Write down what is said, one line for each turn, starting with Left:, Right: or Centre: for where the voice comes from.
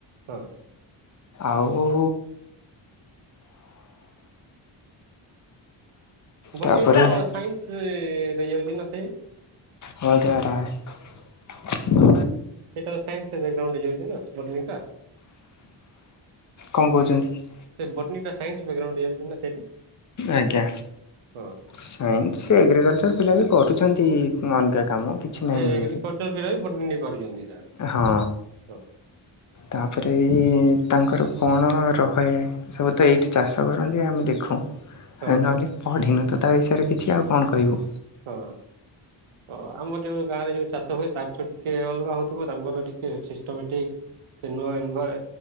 Right: ହଁ
Left: ଆଉ
Right: ବଟୀନ
Left: ତାପରେ
Right: ତ ସାଇନ୍ସ ରେ ହେଇଯାଉଛି ନା ସେ?
Left: ହଁ ଯା ରା ହୈ।
Right: ସେଇଟା ସାଇନ୍ସ ବ୍ୟାଗ୍ରାଉଣ୍ଡ ହେଇଯାଉଛି ନା ବଟିନ୍ ଟା।
Left: କଣ କହୁଛନ୍ତି?
Right: ବଟନୀଟା ସାଇନ୍ସ ବ୍ୟାକଗ୍ରାଉଣ୍ଡ ଯାଉଛିନା ସେଇଟା।
Left: ଆଜ୍ଞା।
Right: ହଁ
Left: ସାଇନ୍ସ ଏଗ୍ରିକଲଚର ପିଲା ବି କରୁଛନ୍ତି, ଅଲଗା କାମ କିଛି ନାହିଁ
Right: ଏଗ୍ରକାଲଚାର
Left: ଏମିତି।
Right: ପିଲାବି ପଡ଼ିନେଇ ପାରୁଛନ୍ତି। ତାହେଲେ
Left: ହଁ
Right: ହଁ
Left: ତାପରେ ବି ତାଙ୍କର କଣ ରହେ ସବୁ ତ ଏଇଠି ଚାଷ କରନ୍ତି, ଆମେ ଦେଖୁ
Right: ହଁ
Left: ନହେଲେ ପଢିନୁ ତ ତା ବିଷୟରେ କିଛି ଆଉ କଣ କହିବୁ।
Right: ହଁ ହ ଆମର ଯୋଉ ଗାଁ ରେ ଯୋଉ ଚାଷ ହୁଏ, ତାରଠୁ ଟିକେ ଅଲଗା ହଉ ଥିବ, ତାଙ୍କର ଟିକେ ସିଷ୍ଟମଟିକ ନୂଆଇ ଇନ୍ଭାୟ